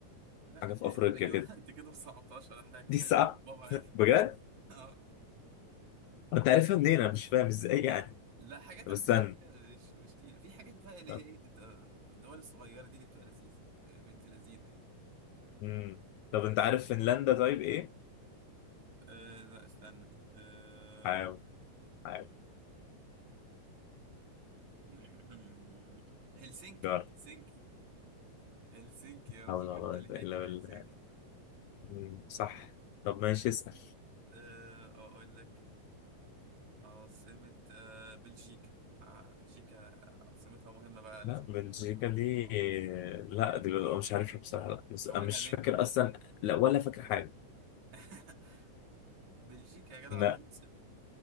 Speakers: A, on the right; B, on the left.
A: لا
B: حاجة في
A: هي-
B: أفريقيا
A: احنا كده
B: كده
A: <laughs> انت كده ما صعبتهاش على حاجه
B: دي
A: <laughs>
B: صعب
A: يعني بابا عادي
B: بجد
A: <laughs> اه
B: أنت عارفها منين أنا مش فاهم إزاي يعني
A: لا حاجات
B: طب
A: على
B: استنى
A: فكره عادية، مش مش تقيل في حاجات بقى اللي
B: طب,
A: هي ايه انت الدول الصغيره دي اللي بتبقى لذيذه يا بنت لذينه يعني
B: مم. طب أنت عارف فنلندا طيب إيه
A: أه لا استنى أه
B: حاول حاول
A: <clears throat> هلسنكي
B: جرب
A: هلسنكي هلسنكي انا
B: حاول
A: ذكرت
B: والله
A: اللي
B: إلا
A: هي في هلسنكي
B: بالله مم، صح طب ماشي اسأل
A: أه اقول لك عاصمه أه بلجيكا آه، بلجيكا عاصمتها مهمه بقى لازم
B: لا بلجيكا
A: تبقى-
B: دي
A: آه.
B: لا دي ببقى مش عارفها بصراحة لا بس
A: اولها
B: أنا مش
A: ب
B: فاكر أصلا لا ولا فاكر حاجة
A: <laughs> بلجيكا يا جدع
B: لا
A: بروكسل